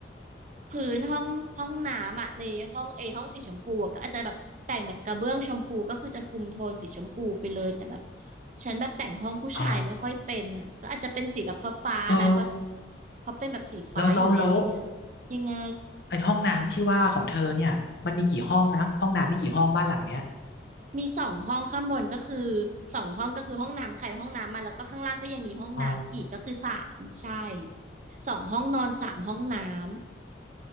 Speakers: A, on the right (about 40°); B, on the left (about 60°).
A: พื้นห้องห้องน้ำอ่ะในห้องเอห้องสีชมพูอะก็อาจจะแบบแต่งแบบกระเบื้องชมพูก็คือจะคุมโทนสีชมพูไปเลยแต่แบบฉันแบบแต่งห้องผู้ชายไม่ค่อยเป็นอ่ะก็อาจจะเป็นสีแบบฟ้าๆนะเพราะ
B: อ๋อเธอ
A: เพราะเป็นแบบสีฟ้าอยู่แล้วอย่างเงี้ย
B: แล้วแล้วแล้ว
A: ยังไง
B: ไอ้ห้องน้ำที่ว่าของเธอเนี่ยมันมีกี่ห้องนะห้องน้ำมีกี่ห้องบ้านหลังเนี้ย
A: มีสองห้องข้างบนก็คือสองห้องก็คือห้องน้ำใครห้องน้ำมันแล้วก็ข้างล่างก็ยังมีห้องน้ำอีกก็คือสามใช่
B: อ๋อ
A: สองห้องนอนสามห้องน้ำ